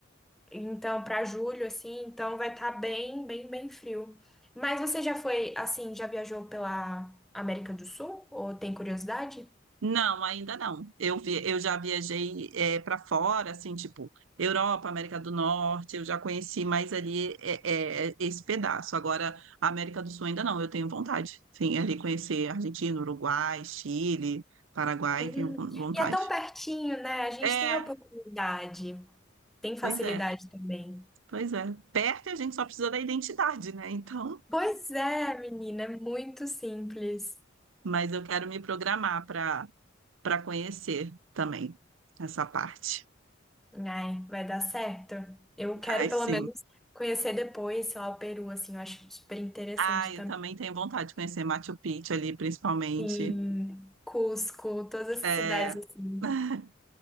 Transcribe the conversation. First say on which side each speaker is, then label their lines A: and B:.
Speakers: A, in the centre; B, on the right.
A: Então, para julho, assim, então vai estar bem, bem, bem frio. Mas você já foi, assim, já viajou pela América do Sul? Ou tem curiosidade?
B: Não, ainda não. Eu vi, eu já viajei para fora, assim, tipo Europa, América do Norte. Eu já conheci mais ali é, é, é, esse pedaço. Agora, a América do Sul ainda não. Eu tenho vontade, sim, ali conhecer Argentina, Uruguai, Chile, Paraguai.
A: Hum,
B: Tenho vontade.
A: E é tão pertinho, né? A gente
B: É,
A: tem oportunidade, tem facilidade
B: pois é,
A: também.
B: pois é. Perto a gente só precisa da identidade, né? Então,
A: Pois é, menina, é muito simples.
B: mas eu quero me programar para para conhecer também essa parte.
A: Ai, vai dar certo. Eu quero
B: Ai,
A: pelo
B: sim.
A: menos conhecer depois, sei lá, o Peru, assim, eu acho super interessante
B: Ah, eu
A: também.
B: também tenho vontade de conhecer Machu Picchu ali, principalmente.
A: Sim, Cusco, todas essas
B: É,
A: cidades assim.
B: <laughs>